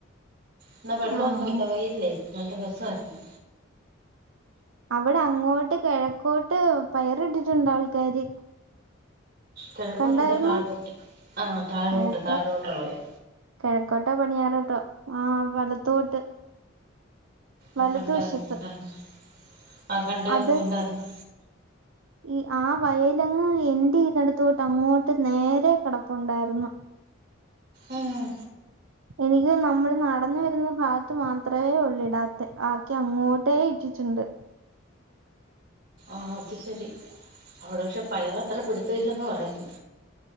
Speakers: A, on the right; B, on the right.
A: ഇന്ന് വെള്ളൊന്നുംല്ല
B: ആഹ്
A: വൈയലില്ലേ നല്ല രസായിരുന്നു.
B: അവിടെ അങ്ങോട്ട് കിഴക്കോട്ട് പയറി ഇട്ടിട്ടുണ്ട് ആൾക്കാര്.
A: കിഴക്കൊട്ടല്ല
B: കണ്ടായിരുന്നോ
A: താഴോട്ട് ആഹ് താഴോട്ട്
B: കിഴക്കോ
A: താഴോട്ടുള്ള വയൽ
B: കിഴക്കോട്ടോ പടിഞാറോട്ടോ ആഹ് വലത്തോട്ട് വലതുവശത്ത്
A: ആഹ് കണ്ടായിരുന്നു കണ്ടായിരുന്നു ആഹ് കണ്ടായിരുന്നു
B: അത്
A: കണ്ടായിരുന്നു
B: ഈ ആഹ് വയലങ്ങ് എന്റ്ചെയ്‌തടുതൊട്ട് അങ്ങോട്ട് നേരെ കിടപ്പുണ്ടായിരുന്നു.
A: ഉം
B: എനിക്ക് നമ്മൾ നടന്ന വരുന്ന ഭാഗത്ത് മാത്രമേ ഉള്ളൂ ഇടാത്ത ബാക്കി അങ്ങോട്ടേ ഇട്ടിട്ടുണ്ട്
A: ആഹ് അത് ശരി അവിടെ പക്ഷെ പയർ അത്ര പിടുത്തല്ലെന്ന് പറയുന്നു.